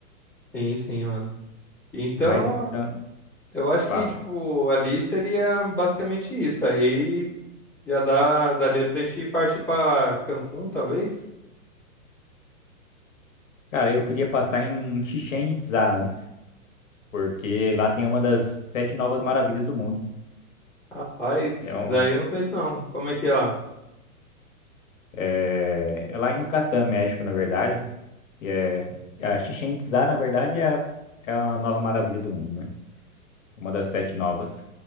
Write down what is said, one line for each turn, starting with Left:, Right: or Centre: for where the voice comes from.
Centre: Sim, sim, mano. Então,
Left: Mas então,
Centre: eu acho que,
Left: fala.
Centre: tipo, ali seria basicamente isso. Aí já dá, daria pra gente partir pra Cancún, talvez?
Left: Cara, eu queria passar em Chichén Itzá antes, porque lá tem uma das sete novas maravilhas do mundo.
Centre: Rapaz,
Left: É uma
Centre: daí eu não conheço não. Como é que é lá?
Left: é, é lá em Yucatán, México, na verdade. E é a Chichén Itzá, na verdade, é a- é a nova maravilha do mundo, né? Uma das sete novas.